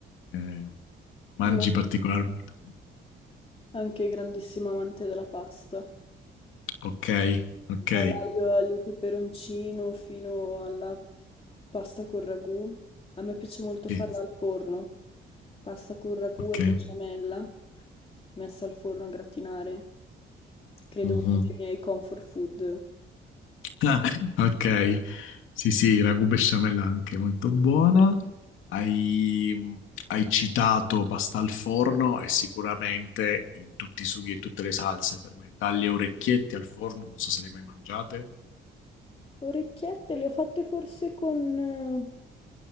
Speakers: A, on the left; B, on the left.
A: eh, mangi
B: Io
A: particolarmente?
B: anche grandissima amante della pasta,
A: Ok, ok,
B: dall'aglio aglio peperoncino fino alla pasta con ragù. A me piace molto
A: sì,
B: farla al forno, pasta con ragù
A: ok.
B: e besciamella messa al forno a gratinare. Credo
A: Mhm.
B: uno dei miei comfort food.
A: <laughs> Ah, ok, sì, sì, ragù besciamella anche molto buona. Hai, hai citato pasta al forno e sicuramente in tutti i sughi e tutte le salse per me, dalle orecchiette al forno, non so se le hai mai mangiate.
B: Orecchiette le ho fatte forse con eh,